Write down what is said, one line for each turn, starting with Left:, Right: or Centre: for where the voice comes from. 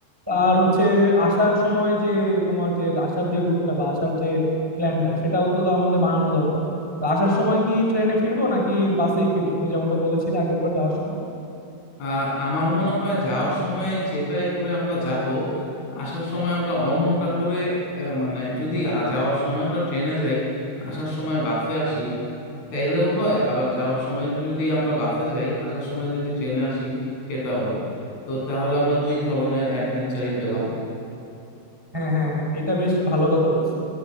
Centre: আর হচ্ছে আসার সময় যে তোমার যে আসার যে রুটটা বা আসার যে প্ল্যানটা সেটাও তো আমাদের বানানো দরকার তো আসার সময় কি ট্রেনে ফিরবো নাকি বাসেই ফিরবো তুমি যেমনটা বলেছিলে আগের বার যাওয়ার সময়
Left: আহ, আমার মনে হয় যাওয়ার সময় যেটাই করে আমরা যাব আসার সময় আমরা অন্যটা করে আহ, মানে যদি আ- যাওয়ার সময় আমরা ট্রেনে যাই আসার সময় বাসে আসি তাইলেও হয় আবার যাওয়ার সময় যদি আমরা বাসে যাই আসার সময় যদি ট্রেনে আসি সেটাও হয় তো তাহলে আমরা দুই ধরনের অ্যাডভেঞ্চারই পেলাম
Centre: হ্যাঁ হ্যাঁ হ্যাঁ এটা বেশ ভালো কথা বলছো